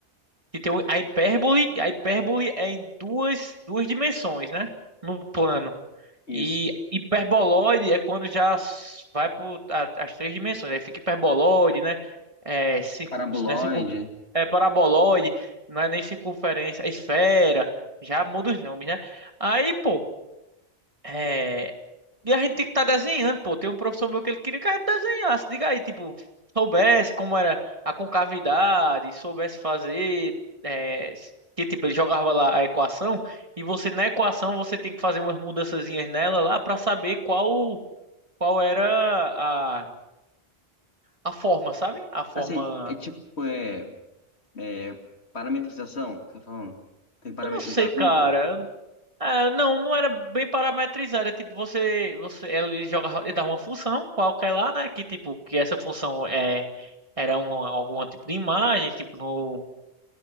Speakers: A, on the right; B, on the left.
A: E tem o-
B: É,
A: a hipérbole, a hipérbole é em duas, duas dimensões, né? No plano.
B: isso.
A: E hiperboloide é quando já s- vai para as três dimensões. Aí fica hiperboloide, né? É, cir-
B: paraboloide.
A: né, circun- é paraboloide, não é nem circunferência, é esfera, já muda os nomes, né? Aí, pô, é, e a gente tem que estar desenhando, pô. Tem um professor meu que ele queria que a gente desenhasse. Diga aí, tipo, soubesse como era a concavidade, soubesse fazer. É, que tipo, ele jogava lá a equação. E você, na equação, você tem que fazer umas mudançazinhas nela lá pra saber qual, qual era a, a forma, sabe? A forma.
B: Assim, é tipo, é, é parametrização, que você tá falando? Tem que parametrizar
A: Eu não sei,
B: a
A: cara.
B: curva?
A: Ah, não, não era bem parametrizado. Era tipo, você, você, ele jogava, ele dava uma função qualquer lá, né? Que tipo, que essa função é, era uma, algum tipo de imagem, tipo no,